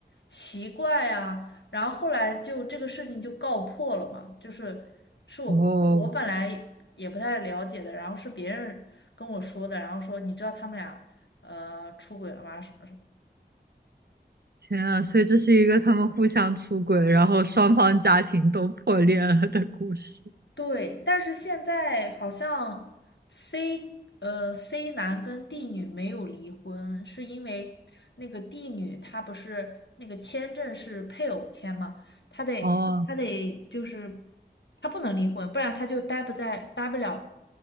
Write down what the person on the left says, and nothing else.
奇怪啊。然后后来就这个事情就告破了嘛，就是是我我本来也不太了解的，
然后是别人跟我说的，然后说你知道他们俩呃出轨了吗？什么什么。
对，但是现在好像 C 呃 C 男跟 D 女没有离婚，是因为那个 D 女她不是那个签证是配偶签嘛，她得她得就是她不能离婚，
不然她就待不在待不了